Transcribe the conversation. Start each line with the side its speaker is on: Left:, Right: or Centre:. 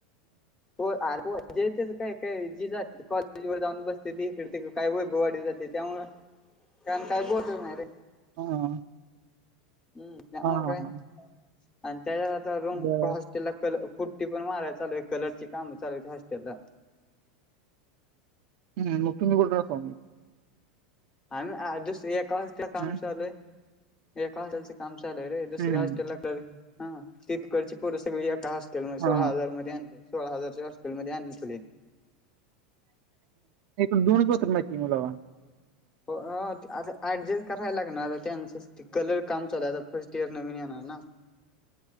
Left: हो अरे जेतच काय काय जी जात कॉलेज वर जाऊन बसतं. दी इकडे तिकड काय वैभवाडी जातंय त्या मुळ कारण काय बोलंच नाय रे.
Right: हा हा.
Left: हम त्यामुळ
Right: हा
Left: काय
Right: हा
Left: आणि त्याच्यात आता रूम
Right: बर
Left: होस्टेलला कल फुटी पण मारायच चालू कलरच काम चालू हाईत होस्टेलला
Right: हम मग तुम्ही कुठं राहताव.
Left: आम्ही आ दुसरी अकाउंटला ते काम
Right: हम्म
Left: चालूय एका हॉल कामचाल चालू आहे. रे दुसऱ्या
Right: हम्म
Left: होस्टेला पर हा तिकडची सगळी पोरं हॉस्टेल मध्ये सोळा
Right: हा
Left: हजार मध्ये आणत्यात सोळा हजारचे हॉस्टेलमध्ये आणका
Right: एकूण दोनच बाथरूम आहेत. की मला
Left: हो अ ते आता ऍडजेस्ट करायला लागणार. त्यांच कलर काम चालू आता फर्स्ट इयर नवीन येणार ना